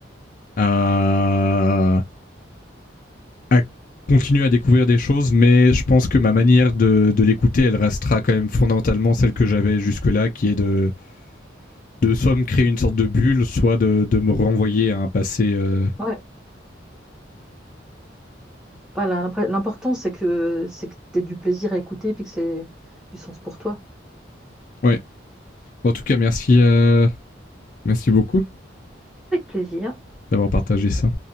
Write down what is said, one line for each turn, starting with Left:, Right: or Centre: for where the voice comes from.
Left: à, à continuer à découvrir des choses, mais je pense que ma manière de, de l'écouter, elle restera quand même fondamentalement celle que j'avais jusque-là, qui est de, de soit me créer une sorte de bulle, soit de, de me renvoyer à un passé. euh,
Centre: Ouais. Voilà, l'impré- l'important, c'est que c'est que tu aies du plaisir à écouter et puis que c'est du sens pour toi.
Left: Ouais. Bon, en tout cas, merci, euh, merci beaucoup
Centre: Avec plaisir.
Left: d'avoir partagé ça.